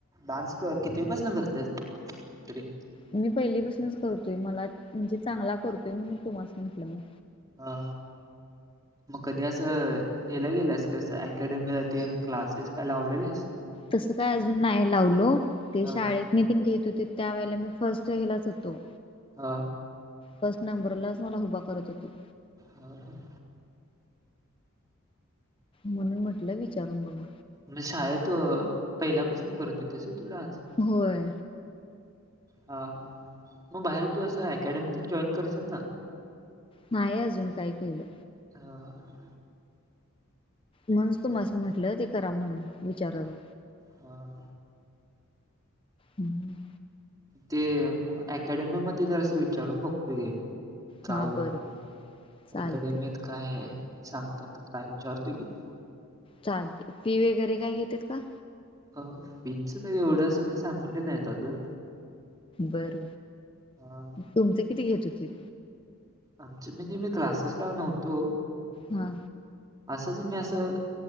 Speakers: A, on the right (about 15°); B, on the left (about 25°).
A: डान्स क-कितवि पासन करतेस तरी?
B: मी पहिली पासूनच करतोय मला म्हणजे चांगला करतोय म्हणून तुम्हाला म्हटलं मी.
A: हा मग कधी अस हेला गेलंस कस अकॅडमीला ते क्लासेस काय लावलेलेस.
B: तसं काय अजून नाही लावलो ते
A: हा
B: शाळेत नितीन घेत होते त्या वेळेला मी फर्स्ट ह्यालाच होतो.
A: आ.
B: फस्ट नंबर लाच मला उभा करत होती.
A: हो <inaudible>
B: म्हणून म्हटलं विचारून बघ.
A: म्हणजे शाळेत अ पहिल्यापासून करत होतीस तू डान्स?
B: होय
A: हा मग बाहेर तू असं अकॅडमीतून जॉईन करायचस ना.
B: नाही अजून काय केलं.
A: हा.
B: म्हनुनच तुमास्नी म्हटलं ते कराव म्हणून विचाराव.
A: हा.
B: हम्म.
A: ते मग अकॅडमी मध्ये जर असं विचारून बघतो घे. काय
B: हा
A: होते
B: बरं
A: ते
B: चालते
A: अकॅडमीत. काय सांगतात काय विचारतोय की मी.
B: चालतंय फी वगैरे काय घेतात का.
A: अ फी च काही एवढं अस काही सांगले नाही अजून.
B: बर
A: अ,
B: तुमचं किती घेत होतीत.
A: आमचे म्हणजे मी क्लासेस ला नव्हतो.
B: हा,
A: असंच मी असं.